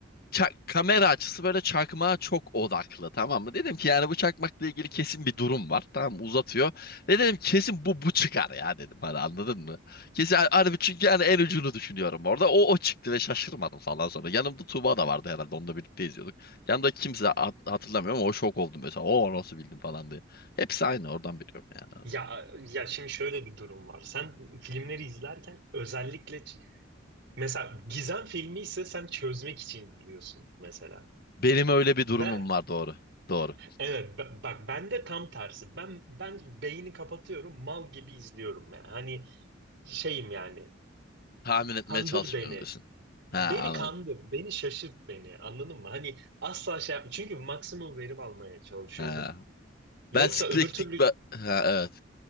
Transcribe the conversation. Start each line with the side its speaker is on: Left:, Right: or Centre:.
Left: ça- kamera açısı böyle çakmağa çok odaklı tamam mı? Dedim ki yani bu çakmakla ilgili kesin bir durum var. Tamam mı? uzatıyor. Ve dedim kesin bu bu çıkar ya dedim hani anladın mı? Kesin harbi çünkü yani en ucunu düşünüyorum orada. O o çıktı ve şaşırmadım falan sonra. Yanımda Tuğba da vardı herhalde onunla birlikte izliyorduk. Yanımda kimse hat- hatırlamıyorum ama o şok oldum mesela. O nasıl bildim falan diye. Hepsi aynı oradan biliyorum yani abi.
Right: Ya ya şimdi şöyle bir durum var. Sen filmleri izlerken özellikle ç- mesela gizem filmi ise sen çözmek için izliyorsun mesela.
Left: Benim öyle bir
Right: Ben
Left: durumum var doğru. Doğru.
Right: evet b- bak ben de tam tersi. Ben ben beyni kapatıyorum, mal gibi izliyorum yani. Hani şeyim yani.
Left: Tahmin etmeye
Right: Kandır
Left: çalışmıyorum
Right: beni.
Left: diyorsun. Ha
Right: Beni
Left: anladım.
Right: kandır, beni şaşırt beni. Anladın mı? Hani asla şey yapma. Çünkü maksimum verim almaya çalışıyorum.
Left: Ha.
Right: Yoksa
Left: Ben spektik...
Right: öbür türlü
Left: Ha, evet.